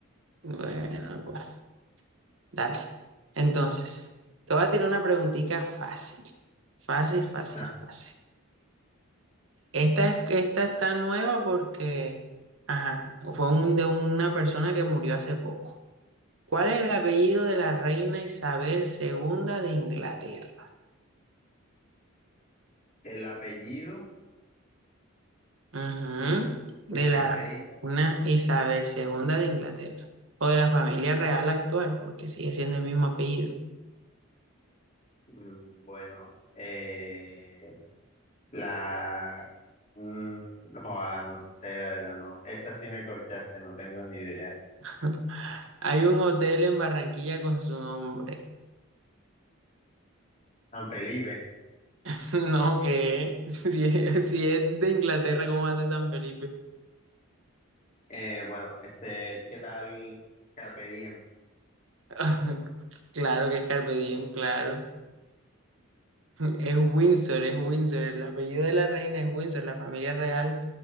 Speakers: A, on the right; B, on the left.
A: bueno, pues, dale. Entonces, te voy a tirar una preguntita fácil, fácil, fácil,
B: Ah,
A: fácil. Esta, es- esta está nueva porque, ajá, fue un- de una persona que murió hace poco. ¿Cuál es el apellido de la reina Isabel II de Inglaterra?
B: el apellido
A: Ujú,
B: de
A: De
B: la
A: la
B: reina,
A: reina Isabel II de Inglaterra. O de la familia real actual, porque sigue siendo el mismo apellido.
B: mm, bueno, eh, La... mm, joa, no sé, la verdad, no. Esa sí me corchaste, no tengo ni idea.
A: <laughs> Hay un hotel en Barranquilla con su nombre.
B: San Felipe.
A: <laughs> No, qué? si es, si es de Inglaterra, ¿cómo hace San Felipe?
B: Eh, bueno, este, ¿qué tal Carpe Diem?
A: <laughs> Claro que es Carpe Diem, claro. Es Windsor, es Windsor. El apellido de la reina es Windsor. La familia real